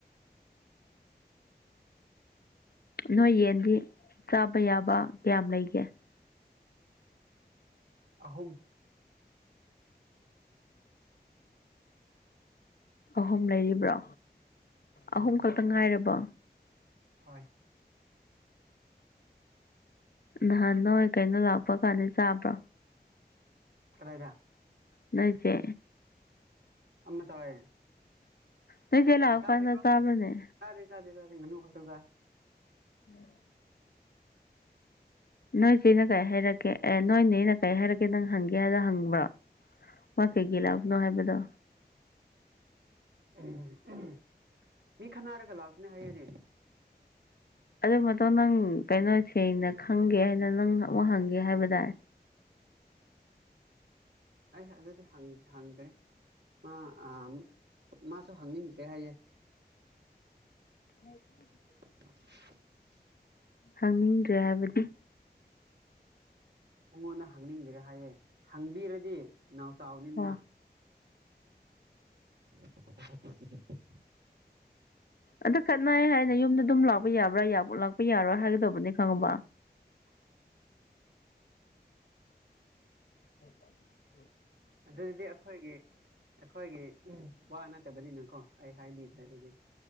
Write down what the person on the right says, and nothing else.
ꯑꯍꯨꯝ
ꯍꯣꯏ ꯍꯣꯏ
ꯈꯨꯔꯥꯏꯗ
ꯑꯃ ꯆꯥꯏꯌꯦ
ꯆꯥꯗꯦꯗ
ꯆꯥꯗꯦ ꯆꯥꯗꯦ ꯆꯥꯗꯦ ꯉꯥꯅꯨ ꯍꯥꯎꯇꯕ
ꯎꯝ ꯎꯝ ꯃꯤ ꯈꯠꯅꯥꯔꯒ ꯂꯥꯛꯄꯅꯦ ꯍꯥꯏꯌꯦꯅꯦ
ꯑꯩ ꯑꯗꯨꯗꯤ ꯍꯪ ꯍꯪꯗ꯭ꯔꯦ ꯑ ꯑꯃꯨꯛ ꯃꯥꯁꯨ ꯍꯪꯅꯤꯡꯗ꯭ꯔꯦ ꯍꯥꯏꯌꯦ
<inaudible>
ꯃꯉꯣꯟꯗ ꯍꯪꯅꯤꯡꯗꯔꯦ ꯍꯥꯏꯌꯦ ꯍꯪꯕꯤꯔꯗꯤ ꯅꯥꯎ ꯆꯥꯎꯅꯤꯗꯅ
<unintelligible>
<unintelligible>
ꯑꯗꯨꯗꯤ ꯑꯩꯈꯣꯏꯒꯤ ꯑꯩꯈꯣꯏꯒꯤ ꯎꯝ ꯋꯥ ꯅꯠꯇꯕꯅꯤꯅꯀꯣ ꯑꯩ ꯍꯥꯏꯕꯤꯗ꯭ꯔꯦ ꯑꯗꯨꯗꯤ